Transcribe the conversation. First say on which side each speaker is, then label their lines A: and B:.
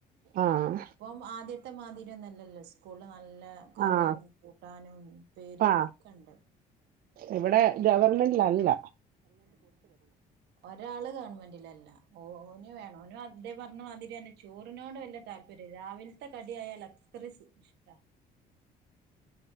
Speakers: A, on the right (about 60°); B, on the right (about 80°).
A: ആഹ്
B: ഇപ്പം ആദ്യത്തെമാതി ഞൊന്നല്ലല്ലൊ സ് കൂള് നല്ല കറിയും
A: ആഹ്
B: കൂട്ടാനും ഉപേരിയു
A: ആ
B: ഒക്കെണ്ട്
A: ഇവിടെ ഗവർൺമെന്റ് ല്ല അല്ല
B: ആഹ് ആഹ് ഒരാള് ഗവൺമെന്റിലല് ഓ ഓന് വേണം ഓനു തെ പറഞ്ഞമാതിരിന്നെ ചോറിനോട് വല്ല താല്പ രാവിൽത്തെ കടിയായാല് അത്രേ സ് ഇഷ്ടാ